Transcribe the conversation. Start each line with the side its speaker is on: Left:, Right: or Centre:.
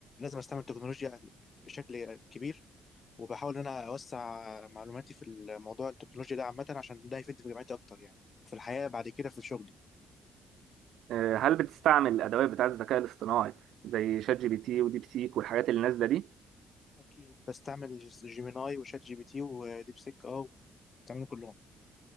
Left: أستعمل تكنولوجيا بشكل كبير وبحاول إن أنا أوسع معلوماتي في الموضوع التكنولوجيا ده عامة عشان ده يفيدني في جامعتي أكتر يعني وفي الحياة بعد كده في شغلي
Right: آه، هل بتستعمل الادوات بتاعه الذكاء الاصطناعي زي شات جي بي تي وديب سيك والحاجات اللي نازله دي
Left: أكيد بستعمل جيميناي وشات جي بي تي وديب سيك أه بستعملهم كلهم